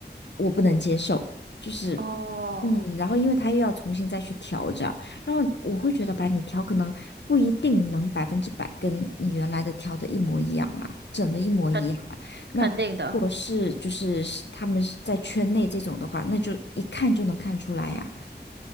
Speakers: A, on the left; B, on the right.
A: 我不能接受，就是
B: 哦，
A: 嗯，然后因为他又要重新再去调整，然后我会觉得吧，你调可能不一定能百分之百跟你原来的调的一模一样啊，整的一模一样啊。
B: 肯
A: 那如果是就是是他们是在圈内这种的话，
B: 肯定的。
A: 那就一看就能看出来呀、